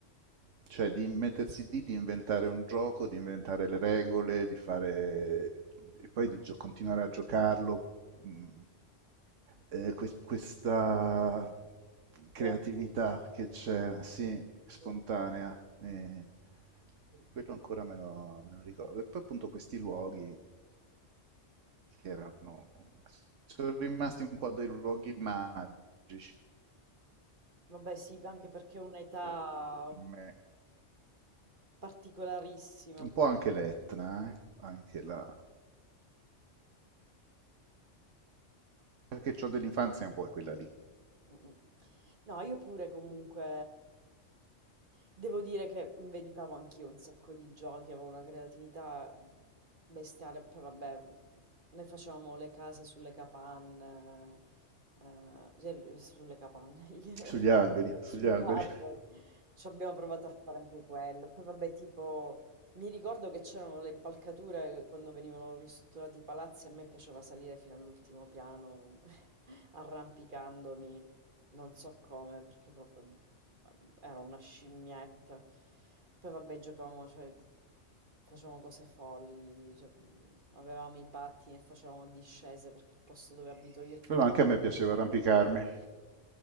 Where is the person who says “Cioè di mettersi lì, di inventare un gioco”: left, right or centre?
Right